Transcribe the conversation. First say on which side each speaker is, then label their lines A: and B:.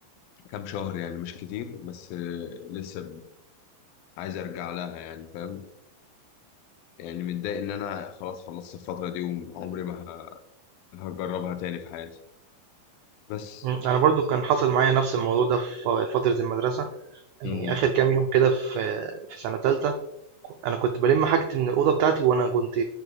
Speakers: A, on the left (about 85°); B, on the right (about 85°).
A: كام شهر يعني مش كتير بس آه، لسه عايز ارجع لها يعني فاهم يعني متضايق ان انا خلاص خلصت الفتره دي وعمري ما ه- هجربها تاني في حياتي بس
B: إمم، أنا برضه كان حصل معايا نفس الموضوع ده في فترة المدرسة، يعني
A: امم
B: آخر كام يوم كده في في سنة تالتة، ك أنا كنت بالِم حاجتي من الأوضة بتاعتي وأنا كنت